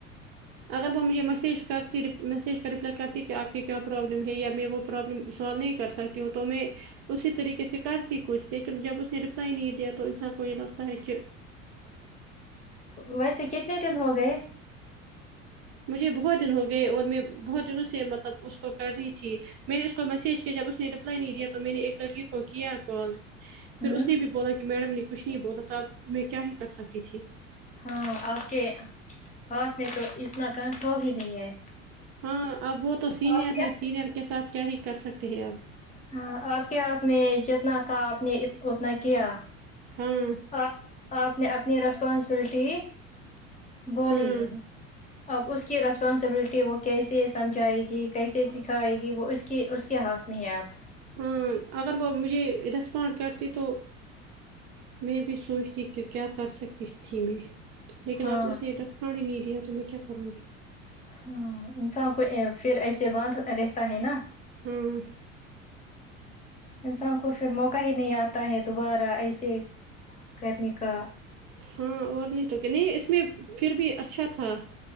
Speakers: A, on the right (about 45°); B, on the left (about 20°).
A: اگر وہ مجھے میسیج کرتی میسیج کا رپلائی کرتی کہ آپ کی کیا پرابلم ہے یا میں وہ پرابلم سال نہیں کر سکتی ہوں تو میں اسی طری کس کرتی کچھ لیکن جب اس نے رپلائی نہیں دیا تو انسان کو یہ لگتا ہے کہ
B: ویسے کتنے دن ہو گئے
A: مجھے بہت دن ہو گئے اور میں بہت دنوں سے مطلب اس کو کر رہی تھی میں نے اس کو میسیج کیا جب اس نے رپلائی نہیں دیا تو میں نے ایک لڑکی کو کیا کال پھر
B: ہ
A: اس نے بھی بولا کہ میڈم نے کچھ نہیں بولا تب میں کیا ہی کر سکتی تھی
B: ہاں آپ کے ہاتھ میں تو اتنا کنٹرول ہی نہیں ہے
A: ہاں اب وہ تو سینئر
B: آپ کیا
A: ہے سینئر کے ساتھ کیا ہی کر سکتے ہیں اب
B: ہاں آپ کے ہاتھ میں جتنا تھا آپ نے اتنا کیا
A: ہاں
B: آپ آپ نے اپنی رسپانسبلٹی بولی
A: ہاں
B: اب اس کی ریسپانسبلٹی وہ کیسے سمجھائے گی کیسے سکھائے گی وہ اس کہ اس کے ہاتھ میں ہیں آب
A: ہاں اگر وہ مجھے رسپونڈ کرتی تو میں بھی سوچ ٹھیک کیا کر سکتی تھی میں لیکن
B: ہاں
A: اب اس نے رسپونڈ ہی نہیں دیا تو میں کیا کروں گی
B: ہمم انسان کو پھر ایسے باندھ رہتا ہے نا
A: ہاں
B: انسان کو پھر موقع کہیں نہیں آتا ہے دوبارہ ایسے کرنے کا
A: ہاں اور نہیں تو کہ نہیں اس میں پھر بھی اچھا تھا